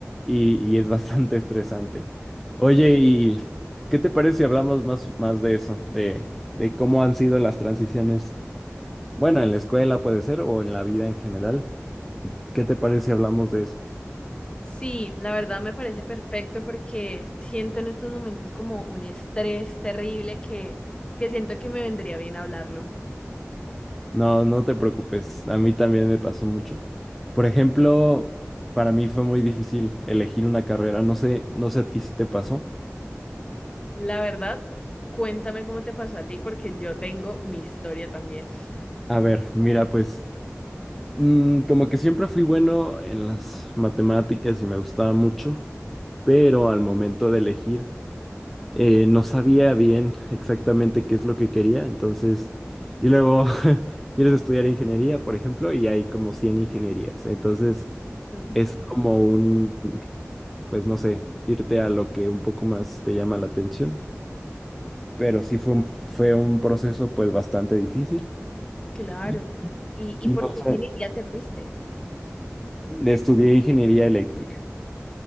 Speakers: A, in the centre; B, on the left (about 20°).
A: y, y es bastante <laughs> estresante. Oye, ¿y qué te parece si hablamos más, más de eso? De, de cómo han sido las transiciones. Bueno, en la escuela puede ser o en la vida en general. ¿Qué te parece si hablamos de eso?
B: Sí, la verdad me parece perfecto porque siento en estos momentos como un estrés terrible que, que siento que me vendría bien hablarlo.
A: No, no te preocupes. A mí también me pasó mucho. Por ejemplo, para mí fue muy difícil elegir una carrera. No sé, no sé a ti si te pasó.
B: La verdad, cuéntame cómo te pasó a ti porque yo tengo mi historia también.
A: A ver, mira, pues. Mm, como que siempre fui bueno en las matemáticas y me gustaba mucho, pero al momento de elegir eh, no sabía bien exactamente qué es lo que quería, entonces, y luego <laughs> quieres estudiar ingeniería, por ejemplo, y hay como 100 ingenierías, entonces
B: Mm,
A: es
B: <laughs>
A: como un, pues no sé, irte a lo que un poco más te llama la atención, pero sí fue un, fue un proceso pues bastante difícil
B: Claro.
A: y,
B: ¿Y, y
A: y
B: por
A: no
B: qué
A: sé,
B: ingeniería te fuiste?
A: estudié ingeniería eléctrica.